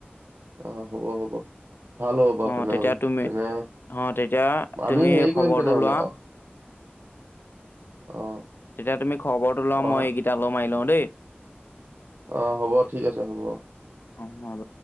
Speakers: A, on the right (about 65°); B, on the left (about 60°).
A: অ' হ'ব - হ'ব। ভাল হ'ব বাৰু
B: অ
A: তেনেহলে।
B: তেতিয়া তুমি
A: তেনে,
B: অ তেতিয়া তুমি
A: আমি হেৰি
B: খবৰটো
A: কৰিম তেনেহলে
B: লোৱা
A: অ' অ
B: তেতিয়া তুমি খবৰটো লোৱা।
A: অহা
B: মই এইকেইটা লগত মাৰি লওঁ দেই।
A: অ' হ'ব। ঠিক আছে, হ'ব।
B: অ' হব।